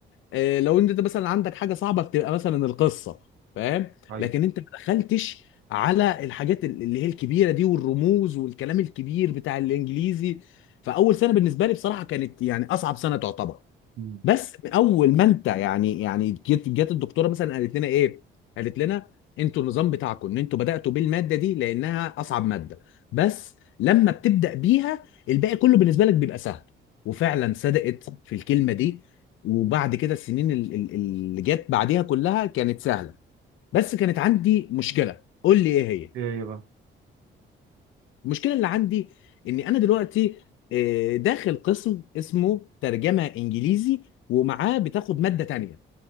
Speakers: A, on the left (about 80°); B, on the right (about 85°).
A: آه، لو انت مثلا عندك حاجه صعبه بتبقى مثلا القصه فاهم
B: ايوه
A: لكن انت ما دخلتش على الحاجات اللي هي الكبيره دي والرموز والكلام الكبير بتاع الانجليزي فاول سنه بالنسبه لي بصراحه كانت يعني اصعب سنه تعتبر
B: مم.
A: بس من اول ما انت يعني يعني جت جت الدكتوره مثلا قالت لنا ايه؟ قالت لنا انتوا النظام بتاعكم ان انتوا بداتوا بالماده دي لانها اصعب ماده بس لما بتبدا بيها الباقي كله بالنسبه لك بيبقى سهل وفعلا صدقت في الكلمه دي وبعد كده السنين ال- ال- اللي جت بعديها كلها كانت سهله بس كانت عندي مشكله قول لي ايه هي؟
B: ايه هي بقى
A: المشكله اللي عندي اني انا دلوقتي آه، داخل قسم اسمه ترجمه انجليزي ومعاه بتاخد ماده تانيه